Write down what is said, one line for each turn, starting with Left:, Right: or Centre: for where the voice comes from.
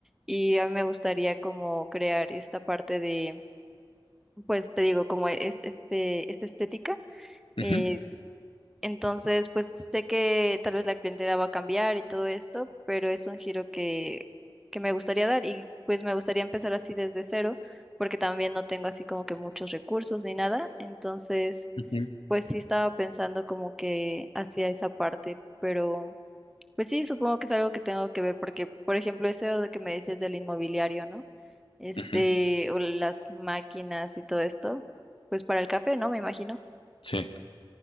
Centre: Y a mí me gustaría como crear esta parte de, pues te digo, como es, este, esta estética.
Left: ujú,
Centre: eh, entonces, pues sé que tal vez la clientela va a cambiar y todo esto, pero es un giro que, que me gustaría dar y pues me gustaría empezar así desde cero, porque también no tengo así como que muchos recursos ni nada. Entonces,
Left: ujú,
Centre: pues sí estaba pensando como que hacía esa parte, pero pues sí, supongo que es algo que tengo que ver porque, por ejemplo, eso de que me decías del inmobiliario, ¿no? Este,
Left: ujú.
Centre: o las máquinas y todo esto, pues para el café, ¿no? Me imagino.
Left: Sí.